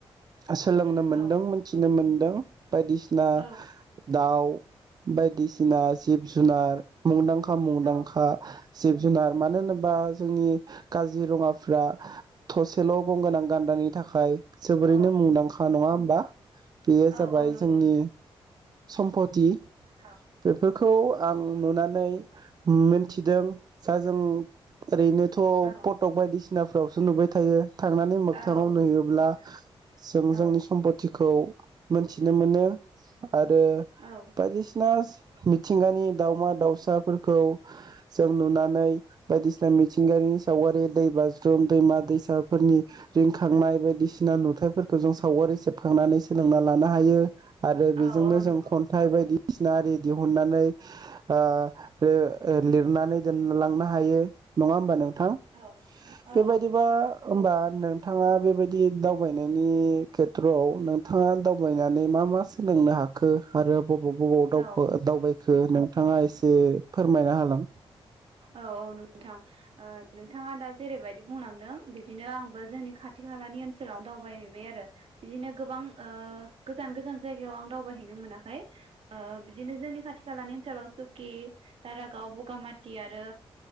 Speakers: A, on the right; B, on the right.
A: सोलोंनो मोन्दों
B: औ
A: मोनथिनो मोनदों बायदिसिना
B: औ
A: दाउ बायदिसिना जिब जुनार मुंदांखा खा-मुंदांखा
B: औ
A: जिब जुनार मानो होनोबा जोंनि काजिरङाफ्रा थसेल गं गोनां गान्दानि थाखाय जोबोरैनो
B: औ
A: मुंदांखा नङा हो मबा? बेयो
B: औ
A: जाबाय
B: औ नंगौ
A: जोंनि
B: नोंथां
A: सम्फथि
B: औ
A: बेफोरखौ आं नुनानै नै मिन्थिदों जा जों ओरैनोथ
B: औ
A: फटक बायदिसिना सिनाफ्रावसो नुबाय थायो । थांनानै मोगथाङाव
B: औ औ
A: नुयोब्ला
B: नंगौ नोंथां
A: जों
B: औ
A: जोंनि सम्फथि खौ मोनथिनो मोनो। आरो
B: औ
A: बायदिसिना मिथिंगानि दावमा-दावसा फिसाफोरखौ जों नुनानै बायदिसिना मिथिंगायारि सागारि दै बाज्रुम दैमा दैसाफोरनि रिंखांनाय बायदिसिना सिना नुथायफोरखौ जों सावगारि सेबखांनानै सोलोंना लानो हायो। आरो बेजोंनो
B: औ औ
A: जों
B: नंगौ
A: खन्थाइ बायदि सिना आरि दिहहुननानै ओ बे लिरनानै दोनलांनो हायो नङा होमबा नों थां?
B: औ औ
A: बेबायदिबा
B: औ नंगौ
A: होमबा नोंथाङा बेबायदि दाव दावबायनायनि खेथ्रआव नोंथाङा दावबायनानै मा-मा सोलोंनो हाखो? आरो बबाव बबाव दावखो
B: औ
A: दावबाय नोंथाङा एसे फोरमायना हालां
B: औ नोंथां नोंथाङा दा जेरैबायदि बुंलांदों बिदिनो आंबो जोंनि खाथि खालानि ओनसोलाव दावबायहैबाय आरो बिदिनो गोबां ओ गोजान गोजान जायगायाव आं दावबायहैनो मोनाखै बिदिनो जोंनि खाथि खालानि ओनसोलाव सुकि दारागाव बगामा थि आरो